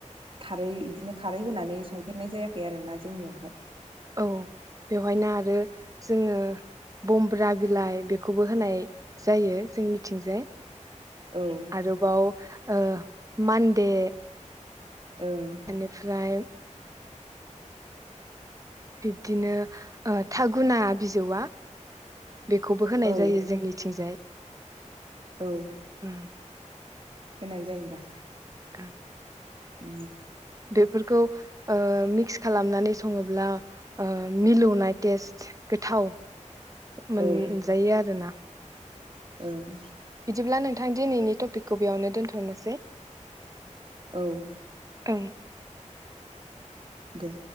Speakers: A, on the right; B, on the right.
A: खारै बिदिनो खारै होनानै संफेरनाय जायाखै आरोना, जोंनियावहाय।
B: औ बेवहायनो आरो जोङो बम्ब्रा बिलाइ बेखौबो होनाय जायो जोंनिथिंजाय।
A: औ
B: आरो बाव ओ मानदे
A: ओं
B: इनिफ्राइ बिब्दिनो थागुना बिजौआ बेखौबो होनाय
A: औ
B: जायो जोंनिथिंजाय।
A: औ
B: उम
A: होनाय जायो दा।
B: दां
A: उ
B: बेफोरखौ ओ मिक्स खालामनानै सङोब्ला ओ मिलौनाय तेस् गोथाव। मोनजायो
A: औ
B: आरोना।
A: ओं
B: बिदिब्ला नोंथां। नोंथां दिनैनि टपिकखौ बेयावनो दोनथ'नोसै।
A: औ
B: ओं
A: दे